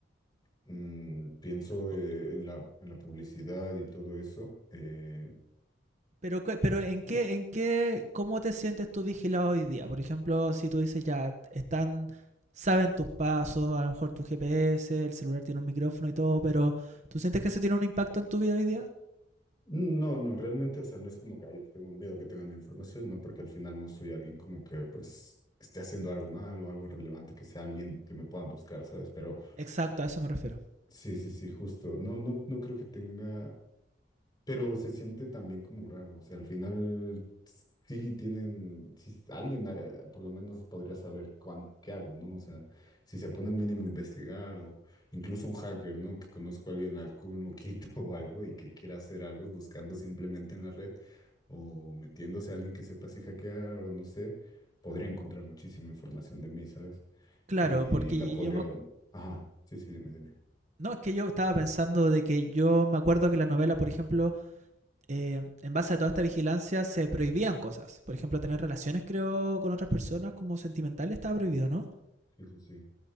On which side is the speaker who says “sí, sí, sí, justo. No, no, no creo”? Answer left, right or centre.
Left